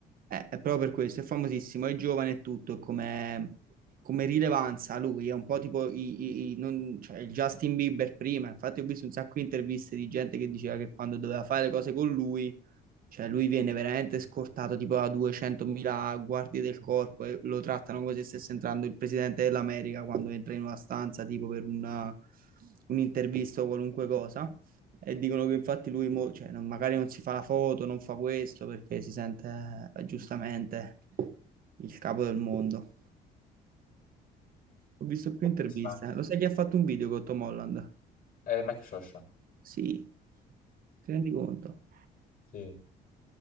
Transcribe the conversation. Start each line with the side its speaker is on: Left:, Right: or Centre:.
Right: eh, è proprio per questo, è famosissimo, è giovane e tutto, e come, come rilevanza lui, è un po' tipo i- i- i- non- cioè, il Justin Bieber prima, infatti ho visto un sacco di interviste di gente che diceva che quando doveva fare le cose con lui Cioè, lui viene veramente scortato tipo a 200.000 guardie del corpo e lo trattano come se stesse entrando il presidente dell'America quando entra in una stanza tipo per una- un'intervista o qualunque cosa. E dicono che infatti lui mo- cioè, non- magari non si fa la foto, non fa questo perché si sente eh, giustamente il capo del mondo. Ho visto più interviste.
Left: Ci sta.
Right: Lo sai chi ha fatto un video con Tom Holland?
Left: È Mike Scioscia.
Right: Sì, ti rendi conto?
Left: Sì.